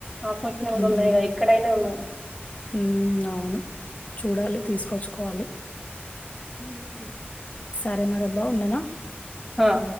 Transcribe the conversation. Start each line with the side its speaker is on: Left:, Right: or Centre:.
Centre: ఆఫర్స్ లో
Left: హ్మ్.
Centre: కూడా ఉన్నాయి ఎక్కడైనా ఉన్న
Left: హ్మ్. అవును. చూడాలి తీసుకోచ్చుకోవాలి
Centre: హ్మ్ హు
Left: సరే మరబా ఉండన
Centre: ఆ.